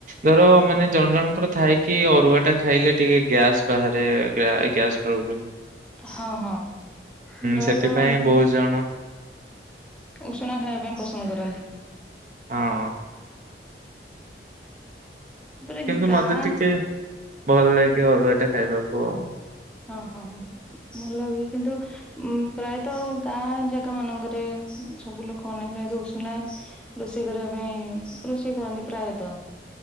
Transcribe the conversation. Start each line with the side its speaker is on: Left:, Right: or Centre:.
Right: ଧର ମାନେ ଜଣେ ଜଣଙ୍କର ଥାଏକି ଅରୁଆ ଟା ଖାଇଲେ ଟିକେ ଗ୍ୟାସ୍। ବାହାରେ ଗ୍ୟା ଏ ଗ୍ୟାସ ପ୍ରୋବ୍ଲେମ୍।
Centre: ହଁ ହଁ ପ୍ରାୟତଃ
Right: ସେଥିପାଇଁ ବହୁତ ଜଣ
Centre: ଉଷୁନା ଖାଇବା ପାଇଁ ପସନ୍ଦ କରନ୍ତି।
Right: ହଁ।
Centre: ତାପରେ
Right: କିନ୍ତୁ
Centre: ଗାଁ
Right: ମତେ ଟିକେ ଭଲ ଲାଗେ ଅରୁଆ ଟା ଖାଇବାକୁ ଆଉ।
Centre: ହଁ ହଁ ଭଲ ବି କିନ୍ତୁ ଉ ପ୍ରାୟତଃ ଗାଁ ଜାଗା ମାନଙ୍କରେ ସବୁ ଲୋକମାନେ ପ୍ରାୟତଃ ଉଷୁନା ରୋଷେଇ କରିବା ପାଇଁ ରୋଷେଇ କରନ୍ତି ପ୍ରାୟତଃ।